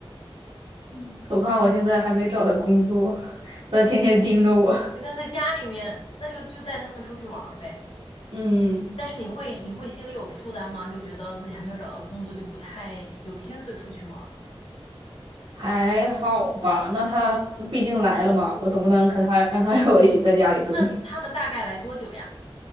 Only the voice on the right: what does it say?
<laughs> 何况我现在还没找到工作，他天天盯着我。
嗯，
还好吧。那他毕竟来了嘛，我总不能和他让他
<laughs> 和我一起在家里蹲。